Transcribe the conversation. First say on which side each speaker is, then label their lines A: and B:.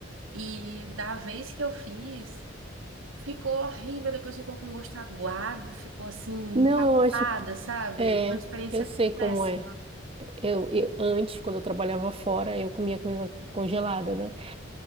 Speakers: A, on the right; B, on the right.
A: E da vez que eu fiz. Ficou horrível, depois ficou com gosto aguado, ficou assim, empapada,
B: Não, eu acho que
A: sabe?
B: é,
A: Foi uma experiência
B: eu sei como
A: péssima.
B: é. Eu, eu antes, quando eu trabalhava fora, eu comia comida congelada, né?